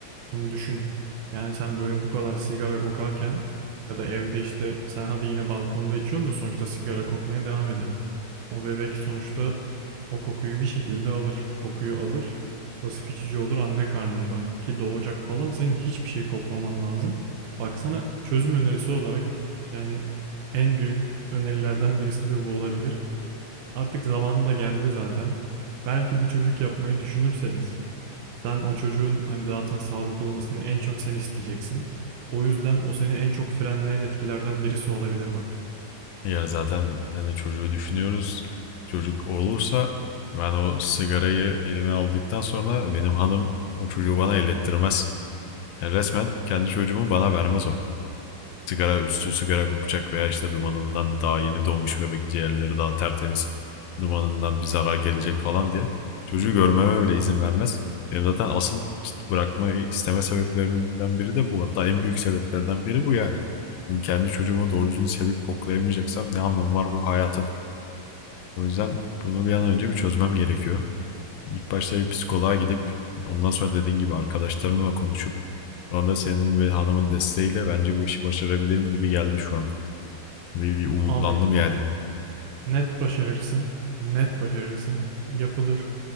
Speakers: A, on the right (about 80°); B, on the left (about 80°).
A: Şimdi düşün. Yani sen böyle bu kadar sigara kokarken ya da evde işte sen hadi yine balkonda içiyorsun da sonuçta sigara kokmaya devam ediyorsun. O bebek sonuçta o kokuyu bir şekilde alır. Kokuyu alır. Pasif içici olur anne karnında ki doğacak falan senin hiçbir şey kokmaman lazım. Baksana çözüm önerisi olarak yani en büyük önerilerden birisi de bu olabilir. Artık zamanı da geldi zaten. Belki bir çocuk yapmayı düşünürseniz sen o çocuğun hani zaten sağlıklı olmasını en çok sen isteyeceksin. O yüzden o seni en çok frenleyen etkilerden birisi olabilir bak.
B: Ya zaten hani çocuğu düşünüyoruz. Çocuk olursa ben o sigarayı elime aldıktan sonra benim hanım o çocuğu bana ellettirmez. Yani resmen kendi çocuğumu bana vermez o. sigara üstü sigara kokacak veya işte dumanından daha yeni doğmuş bebek ciğerleri daha tertemiz dumanından bir zarar gelecek falan diye çocuğu görmeme bile izin vermez. Benim zaten asıl işte bırakmayı isteme sebeplerimden biri de bu. Hatta en büyük sebeplerden biri bu yani. kendi çocuğumu doğru düzgün sevip koklayamayacaksam ne anlamı var bu hayatın? O yüzden bunu bir an önce bir çözmem gerekiyor. İlk başta bir psikoloğa gidip ondan sonra dediğin gibi arkadaşlarımla konuşup sonra da senin ve hanımın desteğiyle bence bu işi başarabilirim gibi geldi şu an. Bir, bir umutlandım
A: Abi
B: yani.
A: net başarırsın. Net başarırsın. Yapılır.